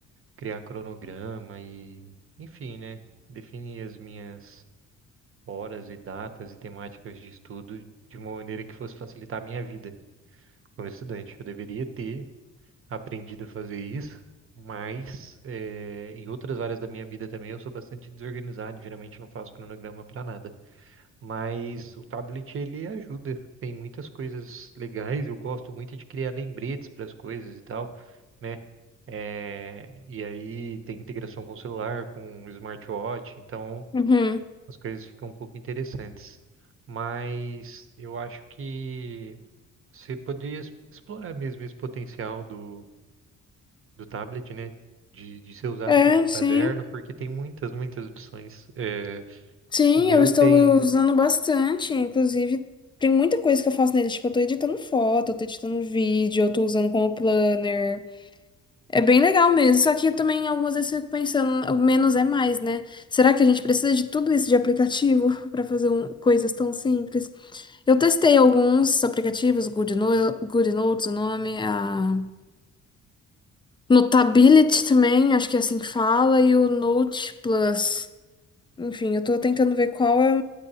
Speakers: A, on the right; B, on the left.
A: criar cronograma e, enfim, né? Definir as minhas horas e datas e temáticas de estudo de uma maneira que fosse facilitar a minha vida como estudante. Eu deveria ter aprendido a fazer isso, mas eh, em outras áreas da minha vida também eu sou bastante desorganizado, geralmente não faço cronograma para nada. Mas o tablet ele ajuda, tem muitas coisas legais, eu gosto muito de criar lembretes para as coisas e tal, né? Eh, e aí tem integração com o celular, com o smartwatch, então
B: Uhum.
A: as coisas ficam um pouco interessantes. Mas eu acho que você poderia es- explorar mesmo esse potencial do, do tablet, né? De, de ser usado
B: É,
A: como um
B: sim.
A: caderno, porque tem muitas, muitas opções. É,
B: Sim,
A: o meu
B: eu estou
A: tem.
B: usando bastante. Inclusive, tem muita coisa que eu faço nele. Tipo, eu tô editando foto, eu tô editando vídeo, eu tô usando como planner. É bem legal mesmo. Só que eu também algumas vezes fico pensando, o menos é mais, né? Será que a gente precisa de tudo isso de aplicativo <laughs> para fazer um- coisas tão simples? Eu testei alguns aplicativos, Good No- Good Notes, o nome, a Notability também, acho que é assim que fala, e o Note Plus. Enfim, eu tô tentando ver qual é